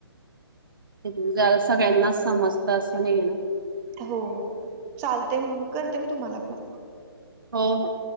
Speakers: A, on the right (about 55°); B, on the right (about 20°).
A: <inaudible> सगळ्यांनाच समजतं असं नाहीय ना.
B: हो चालते मग करते मी तुम्हाला परत.
A: हो हो.